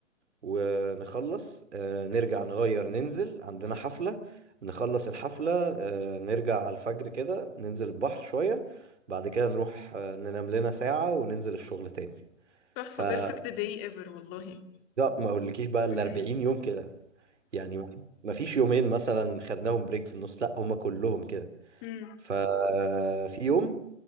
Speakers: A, on the right; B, on the left.
A: ونخلص آه، نرجع نغير ننزل عندنا حفلة نخلص الحفلة آه، نرجع على الفجر كده ننزل البحر شوية بعد كده نروح آه، ننام لنا ساعة وننزل الشغل تاني
B: تحفة
A: فبالظبط
B: بيرفكت داي ايفر والله
A: ما اقولكيش بقى
B: <laughs>
A: ال 40 يوم كده يعني ما ما فيش يومين مثلا خدناهم بريك في النص لا هما كلهم كده
B: امم
A: ففي يوم